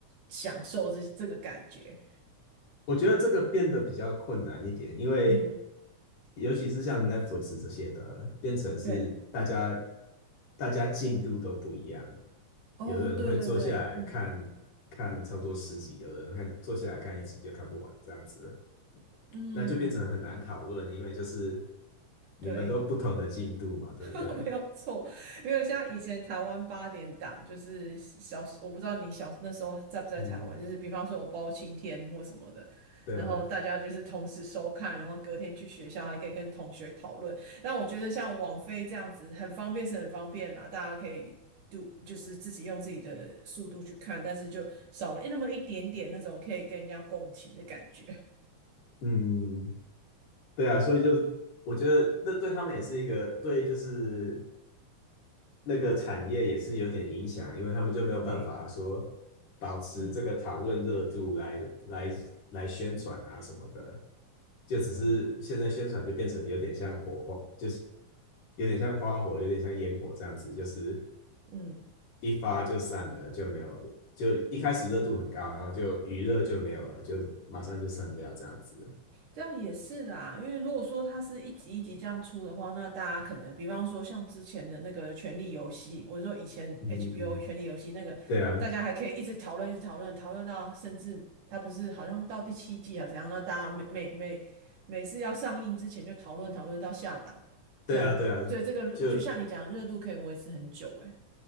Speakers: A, on the right; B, on the left.
A: 享受这这个感觉？
B: 我觉得这个变得比较困难一点，因为
A: 嗯，
B: 尤其是像 Netflix 这些的，变成是大家
A: 对，
B: 大家进度都不一样，
A: 哦，
B: 有的人会坐下来看看差不多十集，
A: 对对对，嗯
B: 有的人看坐下来看一集就看不完这样子，
A: 嗯，
B: 那就变成很难讨论，因为就是你们都不同的进度嘛，
A: 对。
B: 对不对？
A: <laughs> 没有错，没有像以前台湾八点档，就是小，我不知道你小那时候在不在台湾，
B: 嗯，
A: 就是比方说我包青天或什么的，
B: 对啊，
A: 然后大家就是同时收看，然后隔天去学校还可以跟同学讨论。但我觉得像网飞这样子很方便是很方便啦，大家可以读就是自己用自己的速度去看，但是就少了那么一点点那种可以跟人家共情的感觉。
B: 嗯，对啊，所以就我觉得那对他们也是一个对，就是那个产业也是有点影响，因为他们就没有办法说保持这个讨论热度来来来宣传啊什么的，
A: <laughs> 嘿，嗯
B: 就只是现在宣传就变成有点像火候，
A: 嗯
B: 就是有点像花火，有点像烟火这样子，就是
A: 嗯。
B: 一发就散了，就没有，就一开始热度很高，然后就余热就没有了，就马上就散掉这样子。
A: 这样也是啦，因为如果说它是一集一集这样出的话，那大家可能，比方说像之前的那个《权力游戏》，我说以前
B: 嗯嗯嗯，
A: HBO《权力游戏》那个，
B: 对啊，
A: 大家还可以一直讨论，一直讨论，讨论到甚至它不是好像到第七季啊怎样？那大家每每每每次要上映之前就讨论讨论到下档，
B: 对啊，
A: 这样以这个热就像你讲，
B: 对啊，就
A: 热度可以维持很久、欸。